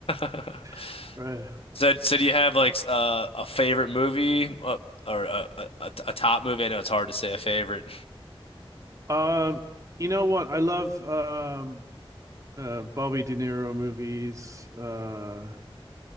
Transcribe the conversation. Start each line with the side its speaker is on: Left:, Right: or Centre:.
Left: <laughs>
Right: <laughs> right?
Left: So, so do you have like s- uh, a favorite movie uh, or a, a, a a top movie? I know it's hard to say a favorite.
Right: Um, you know what? I love um uh Bobby De Niro movies. Uh,